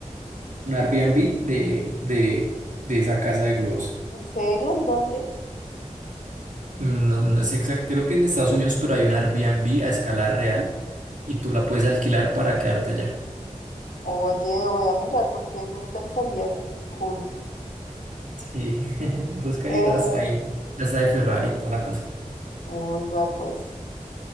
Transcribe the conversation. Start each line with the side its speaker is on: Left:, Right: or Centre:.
Right: un Airbnb de, de, de esa casa de globos.
Left: ¿En serio? ¿En dónde?
Right: Mm, No, no sé exacto, creo que en Estados Unidos, pero hay un Airbnb a escala real y tú la puedes alquilar para quedarte allá.
Left: Oye, voy a mirar porque me interesaría. es Cool.
Right: Sí, <laughs> busca
Left: Eh,
Right: y verás ahí, hasta de Ferrari y toda la cosa.
Left: uy, va pues.